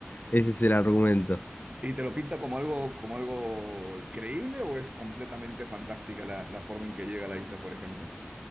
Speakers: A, on the left (about 50°); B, on the right (about 35°).
A: ese es el argumento.
B: ¿Y te lo pinta como algo, como algo creíble o es completamente fantástica la, la forma en que llega a la isla, por ejemplo?